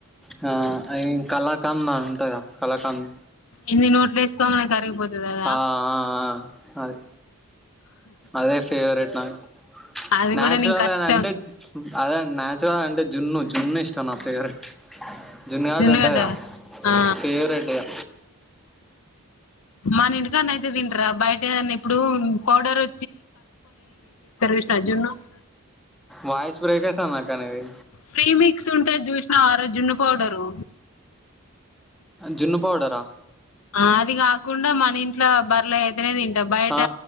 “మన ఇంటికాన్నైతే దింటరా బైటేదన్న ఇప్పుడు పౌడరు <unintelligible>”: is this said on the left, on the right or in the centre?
Left